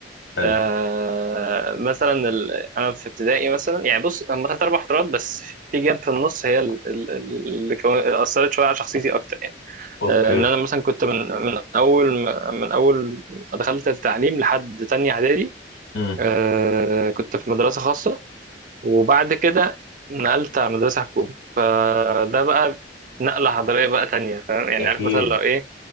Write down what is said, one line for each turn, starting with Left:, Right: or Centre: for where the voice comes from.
Left: حلو
Right: آه مثلا ال... انا في ابتدائي مثلا يعني بص هم ثلاث اربع فترات بس في جاب في النص هي ال- ال- ال- اللي كو- اثرت شويه على شخصيتي اكتر يعني
Left: اوكي
Right: آه ان انا مثلا كنت من من اول ما- من اول ما دخلت التعليم لحد تانية اعدادي
Left: امم
Right: آه كنت في مدرسه خاصه وبعد كده نقلت على مدرسة حكومة فده بقى نقلة حضارية بقى تانية فاهم يعني
Left: اكيد
Right: عارف مثلا لو إيه